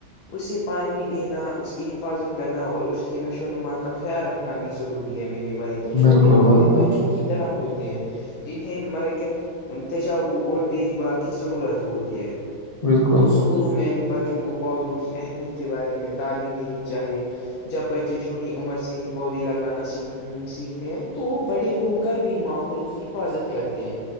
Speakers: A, on the left; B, on the left.
A: اسے پانی دینا اس کی حفاظت کرنا اور اس کی نشو نما کا خیال رکھنا بھی ضروری ہے میرے بھائی تو چھوٹے
B: بالکل
A: پودے
B: بالکل
A: بچوں کی طرح ہوتے ہیں انہیں مطلب کہ تجاو اور دیکھ بھال کی ضرورت ہوتی ہے
B: بالکل
A: تو سکولوں میں بھی بچوں کو پودوں کی اہمیت کے بارے میں تعلیم دینی چاہیے جب بچے چھوٹی عمر سے ہی پودے لگانا س سیکھتے ہیں تو بڑے ہو کر بھی ماحول کی حفاظت کرتے ہیں